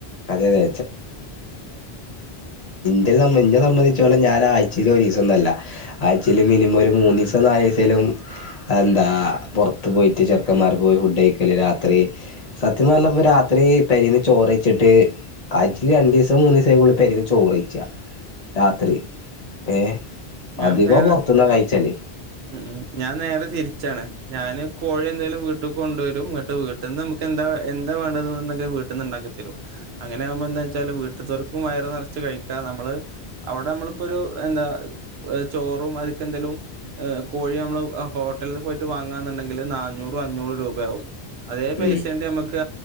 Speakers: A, on the left (about 40°); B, on the right (about 75°).
A: അതെ അതെ ഇത്തിരി സമ്മേം ഞെ സംബന്ധിച്ചോളെ ഞാനായച്ചതൊരിസംന്നല്ല ആഴ്ച്ചേൽ
B: ഉം ഉം.
A: മിനിമം ഒരു മൂന്നിസം നാലിസേലും എന്താ പൊറത്ത് പോയിട്ട് ചെക്കന്മാർ പോയി ഫുഡഴിക്കല് രാത്രി സത്യം നല്ല രാത്രി പരിന്ന് ചോറ് വച്ചിട്ട് ആഴച്ചയിൽ രണ്ടിസം മൂന്നു ദിവസം ആയ പെരി ചോറ്ഴിച്ച രാത്രി ഏഹ്
B: ഞാൻ
A: അധികം
B: നേരെ
A: പൊറത്ത്ന്നാ കഴിച്ചല്
B: ഉ ഞാൻ നേരെ തിരിച്ചാണ് ഞാന് കോഴി എന്തായാലും വീട്ടിൽ ഞാൻ കോഴി എന്തേലും വീട്ടിൽ കൊണ്ടുവരും എന്നിട്ട് വീട്ടിൽ നിന്ന് നമുക്ക് എന്താ എന്താ വേണ്ടതുണ്ടെങ്കിൽ വീട്ടന്ന്ണ്ടാക്കും അങ്ങനെ ആകുമ്പ എന്താ വെച്ചാല് വീട്തോൽക്കും വയറ് നിറച്ച് കഴിക്കാ നമ്മള് അവിടെ നമ്മളിപ്പോ ഒരു പ്പൊ എന്താ <unintelligible> ഏഹ് ചോറും അത്ക്കെന്തേലും ഏഹ് കോഴി നമ്മള് ഹോട്ടൽല് പോയ്ട്ട് വാങ്ങാന്ന്ണ്ടെങ്കില് നാഞ്ഞൂറു അഞ്ഞൂറ് രൂപയാകവും അതേ പൈസണ്ട
A: ഉം
B: നമുക്ക്